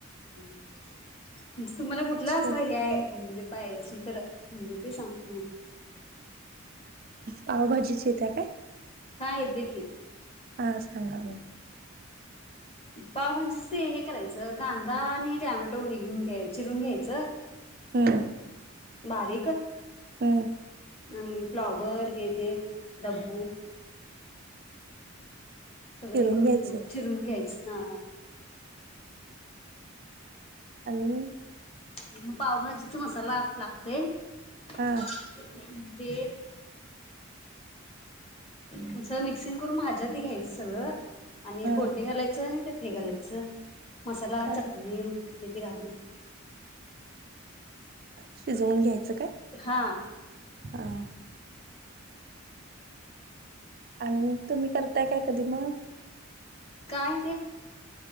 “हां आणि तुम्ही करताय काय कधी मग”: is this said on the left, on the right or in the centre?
Right